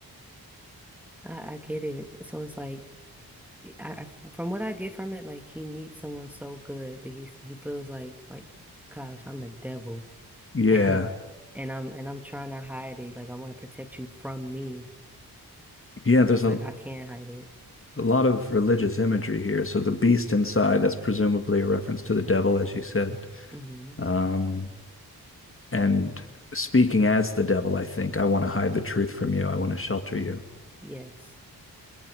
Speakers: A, in the centre; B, on the left.
A: I, I get it. So it's like, I, I from what I get from it, like he meets someone so good, but he he feels like like, gosh, I'm the devil, <laughs>
B: Yeah,
A: and I'm and I'm trying to hide it. Like I want to protect you from me,
B: Yeah,
A: but
B: there's
A: it's
B: a,
A: like I can't hide it.
B: a lot of religious imagery here. So the beast inside, that's presumably a reference to the devil, as you said.
A: hmm
B: Um, and speaking as the devil, I think, I want to hide the truth from you. I want to shelter you.
A: Yes,